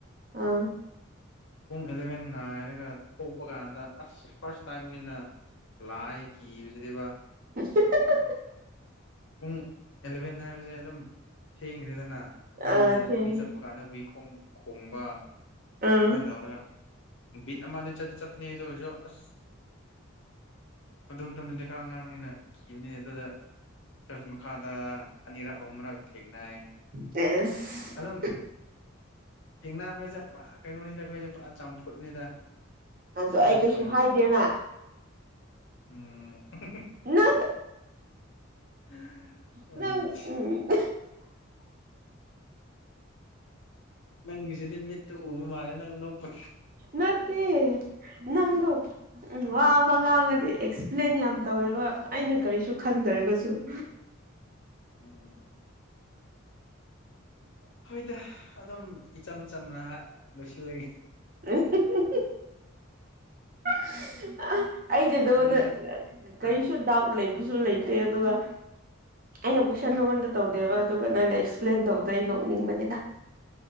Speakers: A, on the right; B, on the left.
A: ꯑꯥ
B: ꯄꯨꯡ ꯑꯦꯂꯦꯚꯦꯟ ꯉꯥꯏꯔꯒ ꯊꯣꯛꯄ ꯀꯥꯟꯗ ꯑꯁ ꯐꯥ꯭ꯔꯁ ꯇꯥꯏꯝꯅꯤꯅ ꯂꯥꯏ ꯀꯤꯕ ꯁꯤꯗꯤꯕ
A: <unintelligible>
B: ꯄꯨꯡ ꯑꯦꯂꯦꯚꯦꯟ ꯍꯥꯏꯕꯁꯦ ꯑꯗꯨꯝ ꯊꯦꯡꯈ꯭ꯔꯦꯗꯅ ꯍꯨꯏꯅ
A: ꯑꯥ ꯊꯦꯡꯉꯦ
B: ꯃꯤ ꯆꯠꯄ ꯀꯥꯟꯗ ꯍꯨꯏ ꯈꯣꯡ ꯈꯣꯡꯕ
A: ꯑꯥ
B: ꯑꯗꯨꯃꯥꯏꯟ ꯇꯧꯔꯒ ꯕꯤꯠ ꯑꯃꯗ ꯆꯠꯇꯤ ꯆꯠꯄꯅꯦ ꯑꯗꯨꯑꯣꯏꯁꯨ ꯑ꯭ꯁ ꯑꯗꯨ ꯃꯇꯝꯗꯗꯤ ꯈ꯭ꯔ ꯑꯉꯥꯡꯅꯤꯅ ꯀꯤꯕꯅꯦ ꯑꯗꯨꯗ ꯆ꯭ꯔꯁ ꯃꯈꯥꯗ ꯑꯅꯤꯔꯛ ꯑꯍꯨꯝꯔꯛ ꯊꯦꯡꯅ꯭ꯌꯦ
A: ꯑꯦꯁ
B: ꯑꯗꯨꯝ ꯊꯦꯡꯅꯕꯁꯦ ꯄꯨꯔꯥ ꯀꯩꯅꯣꯅꯤꯗ ꯑꯈꯣꯏꯁꯦ ꯄꯨꯔꯥ ꯆꯝꯐꯨꯠꯅꯤꯗ
A: <unintelligible>
B: ꯁꯨꯃꯥꯏꯅ
A: ꯑꯩ
B: ꯇꯧꯋꯦ
A: ꯀꯩꯁꯨ ꯍꯥꯏꯗꯦꯅ
B: ꯎꯝ <unintelligible>
A: ꯅꯪ
B: ꯍ ꯋꯥꯔꯤꯗꯤ
A: ꯅꯪ ꯎꯝ
B: ꯅꯪꯒꯤꯁꯤꯗꯤ ꯃꯤꯠꯇ ꯎꯕ ꯃꯥꯜꯂꯦ ꯅꯪ ꯅꯣꯡꯄ
A: ꯅꯠꯇꯦ ꯅꯪꯕꯣ ꯎꯝ ꯋꯥ ꯑꯃ ꯉꯥꯡꯉꯗꯤ ꯑꯦꯛꯁꯄ꯭ꯂꯦꯟ ꯌꯥꯝ ꯇꯧꯋꯦꯕ ꯑꯩꯅ ꯀꯔꯤꯁꯨ ꯈꯟꯗ꯭ꯔꯒꯁꯨ <inaudible>
B: ꯎꯝ ꯍꯣꯏꯗ ꯑꯗꯨꯝ ꯏꯆꯝ ꯆꯝꯅ ꯂꯣꯏꯁꯤꯜꯂꯦ
A: <unintelligible> <unintelligible> ꯑꯩꯗ ꯅꯉꯣꯟꯗ
B: ꯑꯗꯨꯁꯨ
A: ꯀꯔꯤꯁꯨ
B: ꯑꯥ
A: ꯗꯥꯎꯠ ꯂꯩ ꯕꯨꯁꯨ ꯂꯩꯇꯦ ꯑꯗꯨꯒ ꯑꯩꯅ ꯀꯣꯏꯁꯟ ꯅꯉꯣꯟꯗ ꯇꯧꯗꯦꯕ ꯑꯗꯨꯒ ꯅꯪꯅ ꯑꯦꯛꯁꯄ꯭ꯂꯦꯟ ꯇꯧꯕꯗ ꯑꯩ ꯅꯣꯛꯅꯤꯡꯕꯅꯦꯗꯥ <inaudible>